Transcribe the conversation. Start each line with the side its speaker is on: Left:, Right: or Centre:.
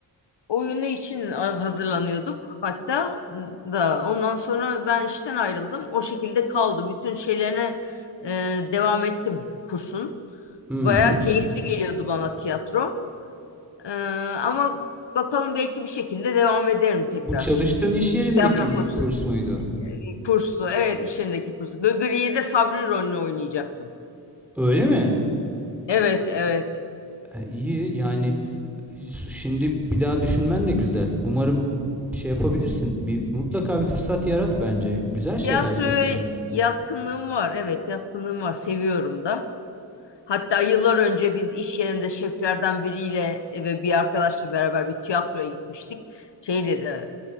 Left: oyunu için e, hazırlanıyorduk hatta da ondan sonra ben işten ayrıldım. O şekilde kaldı. Bütün şeylerine e, devam ettim kursun.
Centre: Hı
Left: Bayağı
Centre: hı.
Left: keyifli geliyordu bana tiyatro. E, ama bakalım belki bir şekilde devam ederim tekrar.
Centre: Bu çalıştığın iş yerindeki
Left: Tiyatro
Centre: bir
Left: kursu.
Centre: kurs muydu?
Left: e, Kurslu. Evet, iş yerindeki kursu. Gıgırı'yı de Sabri rolünü oynayacaktım.
Centre: Öyle mi?
Left: Evet, evet.
Centre: E, iyi yani Şimdi bir daha düşünmen de güzel. Umarım şey yapabilirsin. Bir mutlaka bir fırsat yarat bence. Güzel şeyler
Left: Tiyatroya
Centre: değil bunlar.
Left: yatkınlığım var. Evet, yatkınlığım var. Seviyorum da. Hatta yıllar önce biz iş yerinde şeflerden biriyle ve bir arkadaşla beraber bir tiyatroya gitmiştik. Şey dedi,